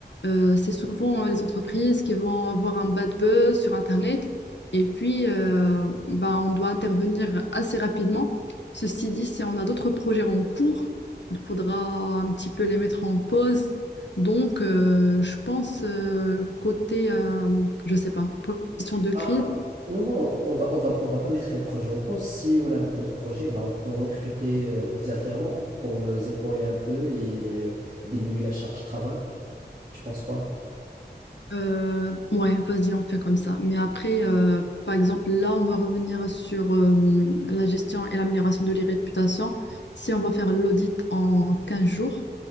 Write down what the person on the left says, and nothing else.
euh, c'est souvent euh, les entreprises qui vont avoir un bad buzz sur Internet. Et puis, euh, bah, on doit intervenir assez rapidement. Ceci dit, si on a d'autres projets en cours, il faudra un petit peu les mettre en pause. Donc, euh, je pense, euh, côté, euh, je sais pas, pour la gestion de crise,
Euh, ouais, vas-y, on fait comme ça. Mais après, euh, par exemple, là, on va revenir sur euh, la gestion et l'amélioration de l'irréputation. Si on va faire l'audit en 15 jours,